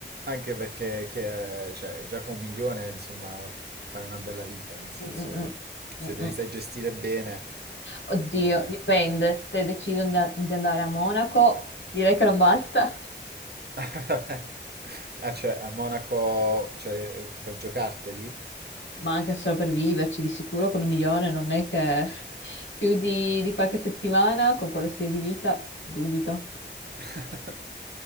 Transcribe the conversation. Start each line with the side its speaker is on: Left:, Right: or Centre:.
Right: Anche perché che- cioè, già con un milione, insomma, f- fai una bella vita, nel senso,
Left: Mm, mm,
Right: se
Left: mm,
Right: te
Left: mm.
Right: li sai gestire bene,
Left: Oddio,
Right: non...
Left: dipende. Se decidono da- di andare a Monaco, direi che non basta.
Right: <laughs> Ah, cioè, a Monaco, cioè, per giocarteli?
Left: Ma anche solo per viverci, di sicuro con un milione non è che più di, di qualche settimana con quello stile di vita, dubito.
Right: <laughs>